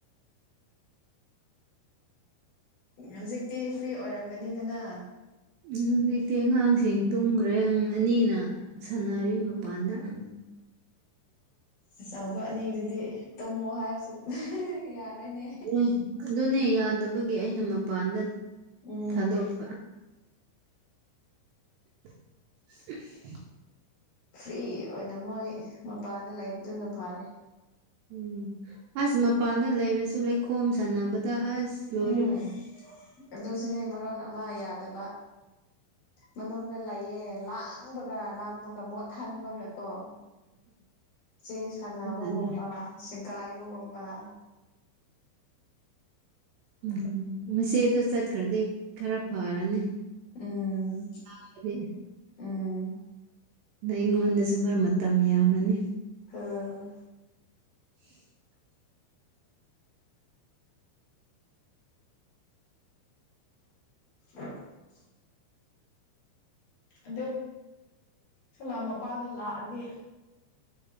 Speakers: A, on the left (about 55°); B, on the right (about 80°).
A: ꯍꯧꯖꯤꯛꯇꯤ ꯐ꯭ꯔꯤ ꯑꯣꯏꯔꯝꯒꯅꯤꯗꯅ
B: ꯍꯧꯖꯤꯛꯇꯤ ꯑꯉꯥꯡꯁꯤꯡ ꯇꯨꯝꯈ꯭ꯔꯦ ꯑꯅꯤꯅ
A: ꯎꯝ
B: ꯁꯥꯟꯅꯔꯤ ꯃꯄꯥꯟꯗ
A: ꯎꯝ ꯑꯆꯧꯕ ꯑꯅꯤꯗꯨꯗꯤ ꯇꯨꯝꯃꯣ ꯍꯥꯏꯔꯁꯨ <unintelligible> ꯌꯥꯔꯣꯏꯅꯦ
B: ꯎꯝ ꯑꯗꯨꯅꯦ ꯌꯥꯗꯕꯒꯤ ꯑꯩꯅ ꯃꯄꯥꯟꯗ
A: ꯎꯝ
B: ꯊꯥꯗꯣꯛꯄ <unintelligible>
A: ꯐ꯭ꯔꯤ ꯑꯣꯏꯅ ꯃꯣꯏ ꯃꯄꯥꯟꯗ ꯂꯩꯕꯗꯨꯅ ꯐꯔꯦ
B: ꯎꯝ ꯑꯁ ꯃꯄꯥꯟꯗ ꯂꯩꯔꯁꯨ ꯂꯩꯈꯣꯝ ꯁꯥꯟꯅꯕꯗ ꯑꯁ ꯂꯣꯏꯔꯦ
A: ꯎꯝ ꯑꯗꯨꯁꯨꯅꯦ ꯃꯔꯣꯟ ꯑꯃ ꯌꯥꯗꯕ ꯃꯅꯨꯡꯗ ꯂꯩꯌꯦ ꯂꯥꯡ ꯂꯥꯡꯕꯒ ꯂꯥꯡꯕꯒ ꯃꯣꯠꯍꯟꯕꯒ ꯀꯣ ꯆꯦ ꯁꯥꯟꯅꯕꯒꯨꯝꯕ
B: ꯌꯥꯗꯦ
A: ꯁꯤꯒꯥꯏ ꯕꯒꯨꯝꯕ
B: ꯎꯝ ꯃꯆꯦꯗꯣ ꯆꯠꯈ꯭ꯔꯗꯤ ꯈꯔ ꯐꯔꯅꯤ
A: ꯎꯝ
B: <unintelligible>
A: ꯎꯝ
B: ꯗꯩ ꯑꯩꯉꯣꯟꯗꯁꯨ ꯈꯔ ꯃꯇꯝ ꯌꯥꯝꯃꯅꯤ
A: ꯑꯝ
B: <inaudible>
A: ꯑ <unintelligible> ꯑꯗꯨ ꯁꯂꯥ ꯃꯄꯥꯗꯣ ꯂꯥꯛꯑꯗꯤ